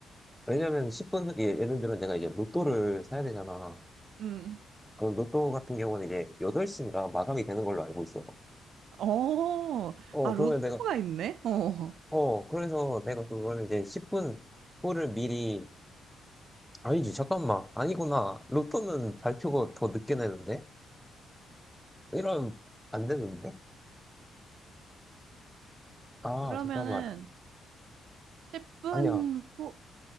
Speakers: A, in the centre; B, on the right.
A: 왜냐면 10분 후- 예, 예를 들어 내가 이제 로또를 사야 되잖아
B: 응.
A: 그 로또 같은 경우는 이제 8시인가 마감이 되는 걸로 알고 있어요.
B: 어,
A: 어,
B: 아,
A: 그러면
B: 로또가
A: 내가,
B: 있네? 어.
A: 어, 그래서 내가 그거를 이제 10분 후를 미리, 아니지, 잠깐만. 아니구나. 로또는 발표가 더 늦게 내는데? 이러면 안 되는데? 아,
B: 그러면은
A: 잠깐만.
B: 10분
A: 아니야.
B: 후,